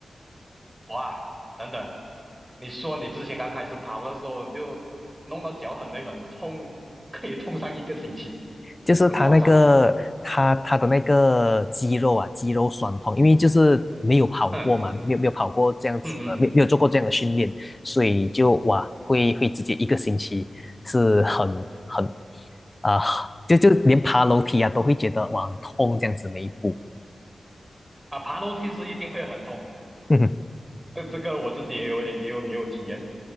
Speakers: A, on the right (about 15°); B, on the left (about 25°).
A: 哇，等等，你说你之前刚开始跑的时候，你就弄到脚很累很痛，可以痛上一个星期，
B: 就是他那个他他的那个肌肉啊，
A: 很夸张诶。
B: 肌肉酸痛，因为就是没有跑过嘛，
A: 嗯
B: 没有没有跑过这样子的，
A: 嗯嗯嗯，
B: 没有没有做过这样的训练，所以就哇，会会直接一个星期是很很啊、就就连爬楼梯啊都会觉得哇很痛这样子每一步。
A: 啊，爬楼梯是一定会很痛，
B: <laughs> 嗯，
A: 这这个我自己也有也有也有体验，